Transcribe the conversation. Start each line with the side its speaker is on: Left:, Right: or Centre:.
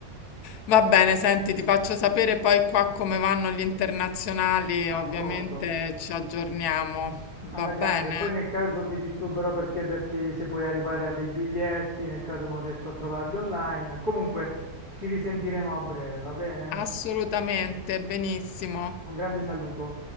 Left: Va bene, senti, ti faccio sapere poi qua come vanno gli internazionali,
Right: d'accordo.
Left: ovviamente ci aggiorniamo.
Right: Alla
Left: Va bene?
Right: grande, poi nel caso ti disturberò per chiederti se puoi arrivare a dei biglietti, nel caso non riesco a trovarli online. Comunque ci risentiremo a breve, va bene?
Left: Assolutamente, benissimo.
Right: Un grande saluto.